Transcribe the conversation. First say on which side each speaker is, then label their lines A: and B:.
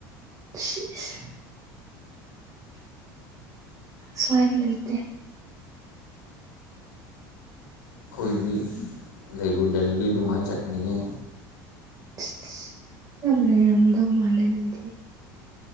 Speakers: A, on the right (about 35°); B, on the left (about 85°).
A: ꯁꯤꯏꯁ ꯁ꯭ꯋꯥꯏꯗ ꯂꯩꯇꯦ
B: ꯈꯣꯏꯗꯤ ꯂꯩꯕꯨ ꯂꯩꯔꯗꯤ ꯗꯨꯃꯥꯏꯟ ꯆꯠꯀꯅꯤꯍꯦ
A: ꯏꯁ ꯏꯁ ꯌꯥꯝ ꯂꯩꯔꯝꯗꯧ ꯃꯥꯜꯂꯦ ꯅꯪꯗꯤ